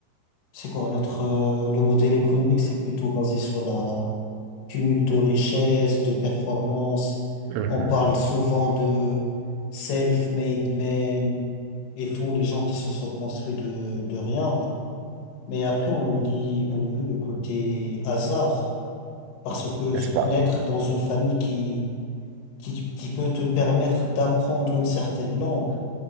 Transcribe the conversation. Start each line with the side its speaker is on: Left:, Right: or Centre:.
Left: c'est quoi notre euh, le modèle économique, c'est plutôt basé sur la cumul de richesses, de performances.
Right: Mhm.
Left: On parle souvent de self-made men et tous les gens qui se sont construits de, de rien. Mais après, on oublie, on oublie le côté hasard. Parce que
Right: N'est-ce
Left: s-
Right: pas?
Left: naître dans une famille qui, qui, qui peut te permettre d'apprendre une certaine langue